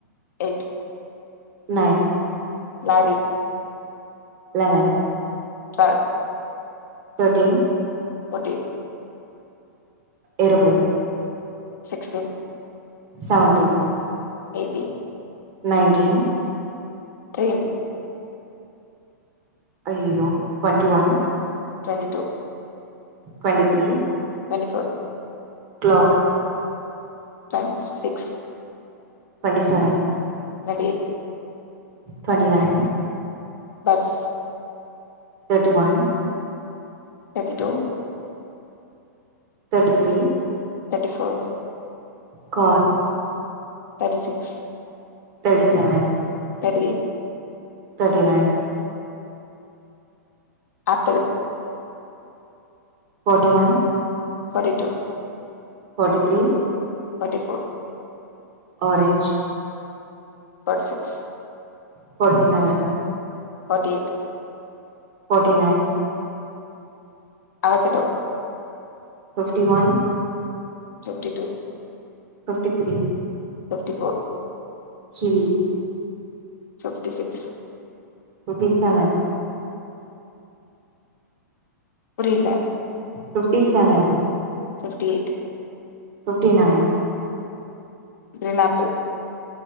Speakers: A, on the left; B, on the right.
A: eight
B: nine
A: lorry
B: eleven
A: twelve
B: thirteen
A: fourteen
B: aeroplane
A: sixteen
B: seventeen
A: eighteen
B: nineteen
A: train
B: ஐயயோ twenty one
A: twenty two
B: twenty three
A: twenty four
B: clock
A: twenty six
B: twenty seven
A: twenty eight
B: twenty nine
A: bus
B: thirty one
A: thirty two
B: thirty three
A: thirty four
B: car
A: thirty six
B: thirty seven
A: thirty eight
B: thirty nine
A: apple
B: forty one
A: forty two
B: forty three
A: forty four
B: orange
A: forty six
B: forty seven
A: forty eight
B: forty nine
A: avocado
B: fifty one
A: fifty two
B: fifty three
A: fifty four
B: kiwi
A: fifty six
B: fifty seven
A: புரியல
B: fifty seven
A: fifty eight
B: fifty nine
A: green apple